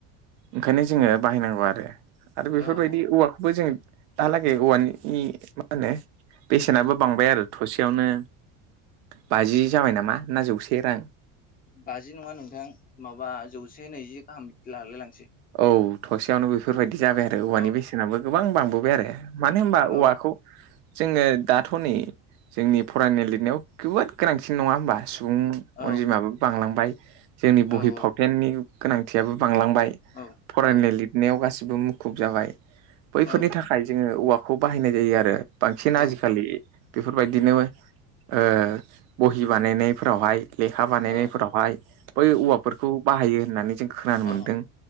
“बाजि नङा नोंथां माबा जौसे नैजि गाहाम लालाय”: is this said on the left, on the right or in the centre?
Left